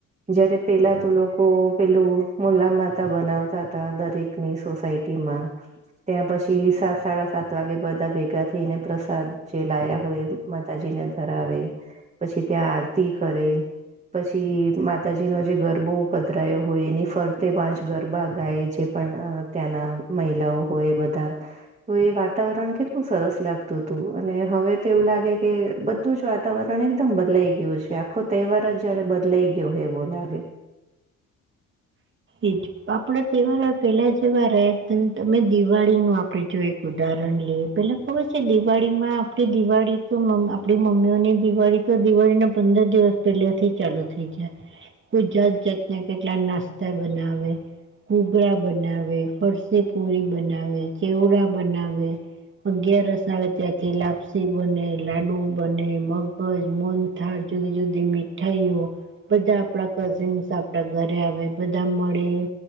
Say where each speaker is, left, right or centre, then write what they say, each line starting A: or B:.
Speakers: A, on the right; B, on the right.
A: જયારે પહેલા તો લોકો પેલું મુલા માતા બનાવતાતા દરેકની સોસાયટીમાં. ત્યાં પછી સાત સાડા સાત વાગે બધા ભેગા થઈને પ્રસાદ જે લાયા હોય માતાજીને ધરાવે. પછી ત્યાં આરતી કરે પછી માતાજી નો જે ગરબો પધ હોય એની ફરતે પાંચ ગરબા ગાય જે પણ ત્યાંના મહિલાઓ હોય બધા. તો એ વાતાવરણ કેટલું સરસ લાગતું હતું અને હવે તો એવું લાગે કે બધું જ વાતાવરણ એકદમ બદલાઈ ગયું છે આખો તહેવાર જાણે બદલાઈ ગયો હોય એવો લાગે.
B: ઈજ. આપણા તહેવારો પહેલાં જેવા રહ્યા જ નથી તમે દિવાળીનું આપણે જો એક ઉદાહરણ લઈએ પેલાં ખબર છે દિવાળીમાં આપણી દિવાળી તો આપણી મમ્મીઓની દિવાળી તો દિવાળીના પંદર દિવસ પેલે થી ચાલુ થઈ જાય કો જાત જાતના કેટલા નાસ્તા બનાવે ઘૂગરા બનાવે ફરસીપુરી બનાવે ચેવડા બનાવે અગિયાર રસ આવે ત્યાંથી લાપસી બને લાડુ બને મગજ તા જુદી જુદી મીઠાઈઓ બધા આપણા કઝિન્સ આપડા ઘરે આવે. બધા મળે